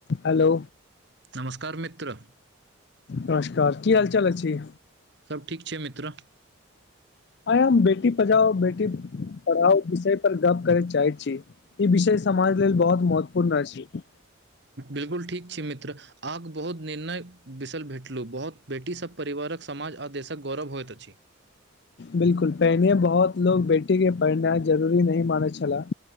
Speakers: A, on the left; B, on the right.
A: Hello
B: नमस्कार मित्र
A: नमस्कार की हाल चाल अ छी
B: सब ठीक छै मित्र
A: आय हम बेटी पजाओ बेटी पढ़ाउ विषय पर गप करे चाहे छी ई विषय समाज लेल बहुत महत्वपूर्ण छै
B: बिलकुल ठीक छै मित्र आग बहुत निर्णय बिसल भेटलहुँ बहुत बेटीसभ परिवारक समाज आ देशक गौरव होइत अछि
A: बिलकुल पहिने बहुत लोग बेटी के पढ़नाइ जरूरी नहिह मानै छला